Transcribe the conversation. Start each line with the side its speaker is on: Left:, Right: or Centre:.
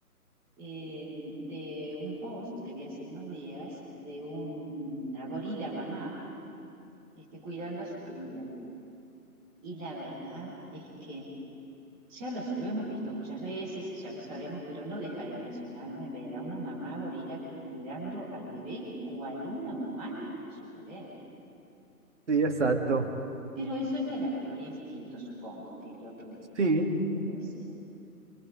Centre: eh, de un post que vi hace unos días de una gorila mamá este, cuidando a su cría. Y la verdad es que ya lo, lo hemos visto muchas veces y ya lo sabemos, pero no deja de impresionarme ver a una mamá gorila cuidando al bebé cual una humana a su bebé.
Right: sí, exacto.
Centre: Pero eso entra en la categoría instinto, supongo, que es lo que,
Right: Sí,
Centre: lo que decían.